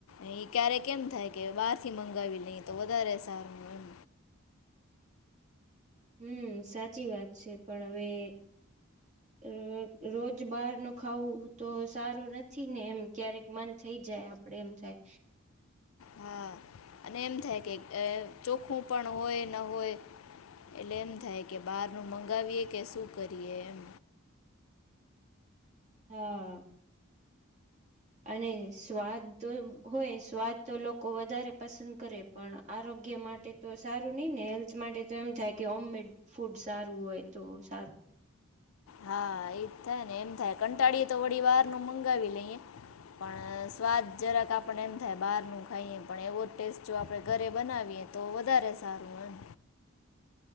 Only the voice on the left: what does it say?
એ ક્યારેક કેમ થાય કે બહાર થી મંગાવી લઈ તો વધારે સારું એમ.
હા અને એમ થાય કે અ ચોખ્ખું પણ હોય ન હોય એટલે એમ થાય કે બહારનું મંગાવીએ કે શું કરીએ એમ.
હા એ જ થાય ને એમ થાય કંટાળીએ તો વળી બહારનું મંગાવી લઈએ પણ સ્વાદ જરાક આપણ એમ થાય બહાર ન ખાઈએ પણ એવો ટેસ્ટ જો આપણે ઘરે બનાવીએ તો વધારે સારું એમ.